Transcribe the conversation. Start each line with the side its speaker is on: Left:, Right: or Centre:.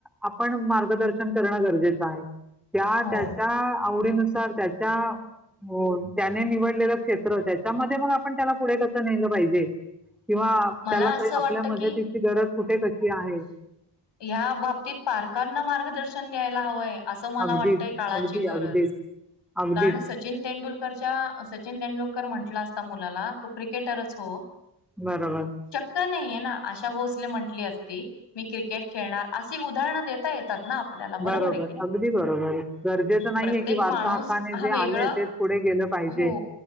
Centre: आपण मार्गदर्शन करणं गरजेचं आहे, त्या
Left: हो
Centre: त्याच्या आवडीनु नुसार त्याच्या. हो त्याने निवडलेलं क्षेत्र त्याच्यामध्ये मग आपण त्याला पुढे कस नेलं पाहिजे. किंवा
Left: मला
Centre: त्याला
Left: असं
Centre: काही आपल्या
Left: वाटत
Centre: मदतीची
Left: की
Centre: गरज कुठे कशी आहे.
Left: या बाबतीत पारकांना मार्गदर्शन द्यायला हवंय. असं मला
Centre: अगदीच
Left: वाटतय काळाची
Centre: अगदी
Left: गरज.
Centre: अगदीच अगदीच
Left: कारण सचिन तेंडुलकरच्या सचिन तेंडुलकर म्हणतात अस मुलाला तो क्रिकेटरच हो.
Centre: बरोबर
Left: नाहीे ना आशा भोसले म्हटली असती मी क्रिकेट खेळणार अशी उदाहरण देता येतात ना आपल्याला
Centre: बरोबर
Left: आहे की नाही
Centre: अगदी बरोबर गरजेचं नाहीये
Left: प्रत्येक
Centre: की वारसा
Left: माणूस
Centre: हक्काने
Left: हा
Centre: जे
Left: वेगळं
Centre: आलंय तेच पुढे गेलं पाहिजे
Left: हो